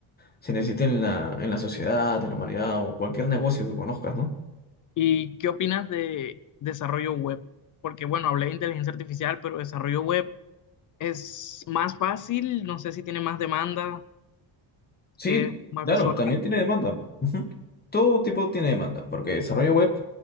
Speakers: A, on the left; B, on the left.
A: se necesita en la, en la sociedad, en la humanidad o cualquier negocio que conozcas, ¿no?
B: ¿Y qué opinas de desarrollo web? Porque, bueno, hablé de inteligencia artificial, pero desarrollo web es más fácil, no sé si tiene más demanda,
A: Sí,
B: es más
A: claro,
B: visual,
A: también tiene demanda. Ujú. Todo tipo tiene demanda, porque desarrollo web.